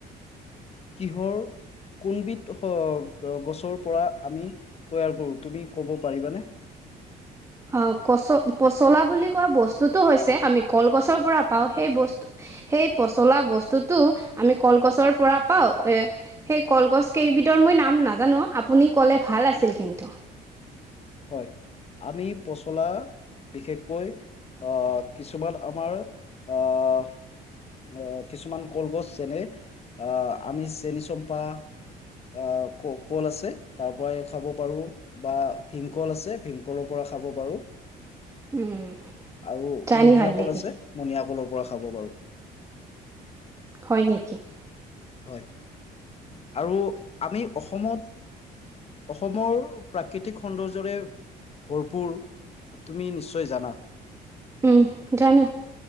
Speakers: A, on the left; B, on the right.
A: কিহৰ কোনবিধ গছৰ পৰা আমি তৈয়াৰ কৰোঁ তুমি ক'ব পাৰিবানে?
B: অ', কচ পচলা বুলি কোৱা বস্তুটো হৈছে আমি কলগছৰ পৰা পাওঁ, সেই বস্তু সেই পচলা বস্তুটো আমি কলগছৰ পৰা পাওঁ। সেই কলগছ কেইবিধৰ মই নাম নাজানো, আপুনি ক'লে ভাল আছিল কিন্তু।
A: হয়, আমি পচলা বিশেষকৈ আহ, কিছুমান আমাৰ আহ আহ কিছুমান কলগছ যেনে, আহ আমি চেনি- চম্পা। আহ ক-কল আছে তাৰ পৰাই খাব পাৰো বা ভীমকল আছে, ভীমকলৰ পৰা খাব পাৰোঁ।
B: উম।
A: আৰু
B: জানি
A: মনিয়া
B: ভাল লাগিল
A: কল আছে মনিয়া কলৰ পৰা খাব বাৰু।
B: হয় নেকি?
A: হয়, আৰু আমি অসমত অসমৰ প্ৰাকৃতিক সৌন্দৰ্যৰে ভৰপূৰ তুমি নিশ্চয় জানা।
B: উম, জানো।